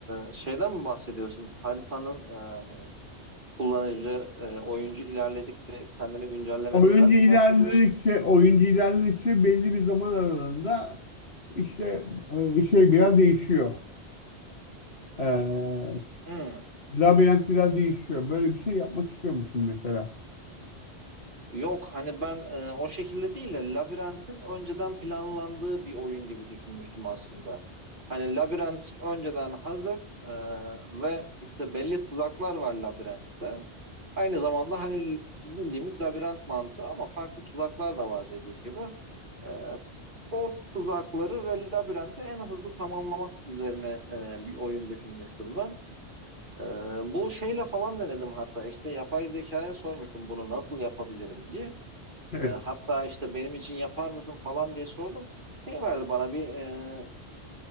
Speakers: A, on the right (about 50°); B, on the left (about 65°).
A: e, şeyden mi bahsediyorsun? Haritanın e, kullanıcı, e, oyuncu ilerledikçe kendini güncellemesinden
B: Oyuncu ilerledikçe,
A: mi bahsediyorsun?
B: oyuncu ilerledikçe belli bir zaman aralığında işte e, şey biraz değişiyor. Ee,
A: Hmm.
B: Labirent biraz değişiyor. Böyle bir şey yapmak istiyor musun mesela?
A: Yok hani ben e, o şekilde değil de Labirent'in önceden planlandığı bir oyun gibi düşünmüştüm aslında. Hani Labirent önceden hazır e, ve işte belli tuzaklar var Labirent'te. Aynı zamanda hani bildiğimiz labirent mantığı ama farklı tuzaklar da var dediğim gibi. E, o tuzakları ve labirenti en hızlı tamamlamak üzerine e, bir oyun düşünmüştüm ben. Ee, bu şeyle falan denedim hatta işte yapay zekaya sormuştum bunu nasıl yapabilirim diye.
B: Evet.
A: Ee, hatta işte benim için yapar mısın falan diye sordum. Şey verdi bana bir e,